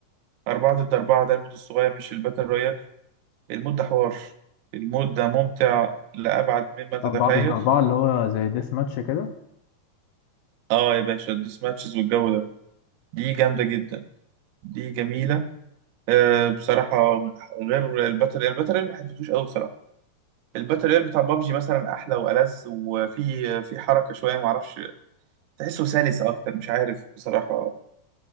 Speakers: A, on the right; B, on the left.
A: أربعة ضد أربعة ده المود الصغير مش الباتل رويال المود ده حوار المود ده ممتع لأبعد مما تتخيل
B: اربعه ضد اربعه اللي هو زي ديس ماتش كده
A: آه يا باشا الديس ماتشز والجو ده دي جامدة جدا دي جميلة آه بصراحة غير الباتل رويال الباتل رويال ما حبيتهوش أوي بصراحة الباتل رويال بتاع بابجي مثلا أحلى وألذ وفي في حركة شوية معرفش تحسه سلس أكتر مش عارف بصراحة